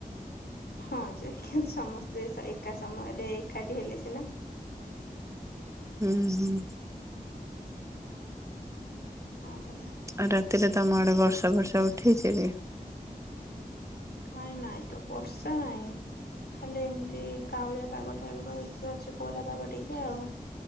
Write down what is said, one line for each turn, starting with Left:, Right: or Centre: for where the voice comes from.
Left: ହଁ ଯେ କିନ୍ତୁ ସମସ୍ତେ ଏକା ସମୟରେ ଏକାଠି ହେଲେ ସିନା।
Right: ହୁଁ ହୁଁ।
Left: ହଁ ପରା।
Right: ଆଉ ରାତିରେ ତମ ଆଡେ ବର୍ଷା ଫର୍ଷା ଉଠେଇଛି କି?
Left: ଖାଇ ନାଇଁ ତ ବର୍ଷା ନାଇଁ ଖାଲି ଏମିତି କାଉଳିଆ ପାଗ ଟାଇପ ର ହେଇକି ଅଛି। କୋହଲା ପାଗ ଟିକେ ଆଉ